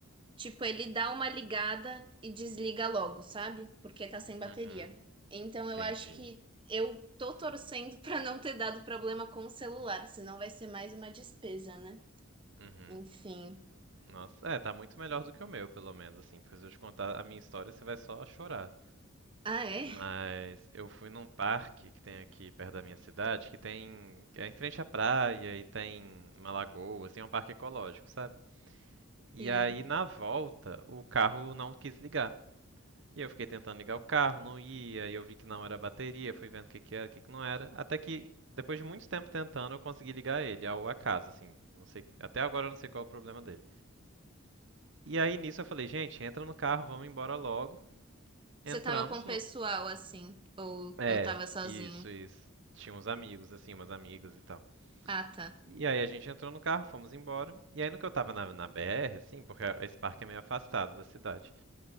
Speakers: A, on the right; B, on the right.
A: tipo, ele dá uma ligada e desliga logo, sabe? Porque tá sem bateria.
B: Uhum.
A: Então,
B: Entendi.
A: eu acho que eu tô torcendo <laughs> pra não ter dado problema com o celular, senão vai ser mais uma despesa, né?
B: Uhum.
A: Enfim.
B: Nossa, é, tá muito melhor do que o meu, pelo menos, assim, porque se eu te contar a minha história, você vai só chorar.
A: Ah, é?
B: Mas eu fui num parque que tem aqui perto da minha cidade, que tem, é em frente à praia e tem uma lagoa, assim, é um parque ecológico, sabe? E
A: Sim.
B: aí na volta, o carro não quis ligar. E eu fiquei tentando ligar o carro, não ia, e eu vi que não era bateria, fui vendo o que que era, o que que não era, até que depois de muito tempo tentando, eu consegui ligar ele ao acaso, assim, não sei, até agora eu não sei qual é o problema dele. E aí nisso eu falei, gente, entra no carro, vamos embora logo. Entramos
A: Você tava com o pessoal,
B: no.
A: assim, ou,
B: É,
A: ou tava sozinho?
B: isso, isso. Tinha uns amigos, assim, umas amigas e tal.
A: Ah, tá.
B: E aí a gente entrou no carro, fomos embora. E aí no que eu tava na, na BR, assim, porque esse parque é meio afastado da cidade.